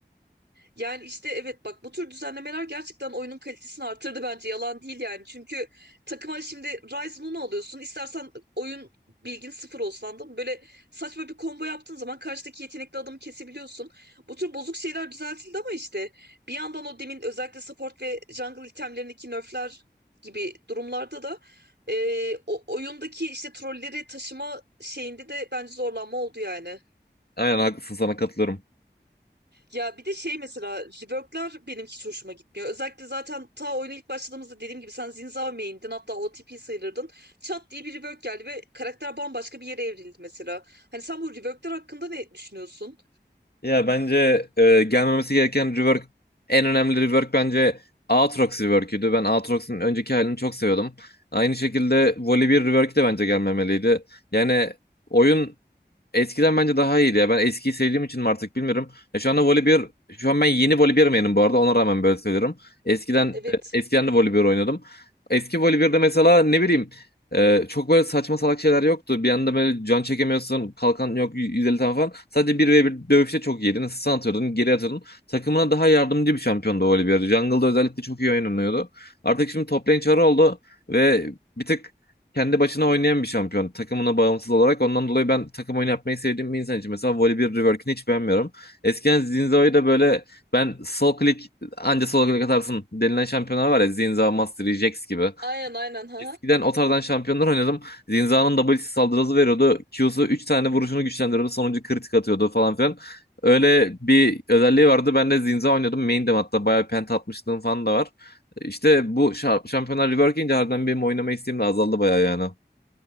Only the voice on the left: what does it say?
Aynen haklısın sana katılıyorum.
Ya bence e, gelmemesi gereken rework en önemli rework bence Aatrox rework'üydü. Ben Aatrox'un önceki halini çok seviyordum. Aynı şekilde Volibear rework de bence gelmemeliydi. Yani oyun Eskiden bence daha iyiydi ya. Ben eskiyi sevdiğim için mi artık bilmiyorum. Ya şu anda voleybol şu an ben yeni voleybolmenim bu arada. Ona rağmen böyle söylüyorum. Eskiden
e, eskiden de voleybol oynadım. Eski voleybolde mesela ne bileyim e, çok böyle saçma salak şeyler yoktu. Bir anda böyle can çekemiyorsun. Kalkan yok 150 tane falan. Sadece bir ve bir dövüşte çok iyiydin. Sen atıyordun, geri atıyordun. Takımına daha yardımcı bir şampiyondu voleybol. Jungle'da özellikle çok iyi oynanıyordu. Artık şimdi top lane çarı oldu ve bir tık kendi başına oynayan bir şampiyon. Takımına bağımsız olarak. Ondan dolayı ben takım oyunu yapmayı sevdiğim bir insan için mesela Volibear Rework'ini hiç beğenmiyorum. Eskiden Zinza'yı da böyle ben sol klik anca sol klik atarsın denilen şampiyonlar var ya Zinza, Mastery, Jax gibi.
Eskiden o tarzdan şampiyonlar oynadım. Zinza'nın W'si saldırısı veriyordu. Q'su 3 tane vuruşunu güçlendiriyordu. Sonuncu kritik atıyordu falan filan. Öyle bir özelliği vardı. Ben de Zinza oynuyordum. Main'dim hatta bayağı penta atmışlığım falan da var. İşte bu şa- şampiyonlar rework ince harbiden benim oynama isteğim de azaldı bayağı yani.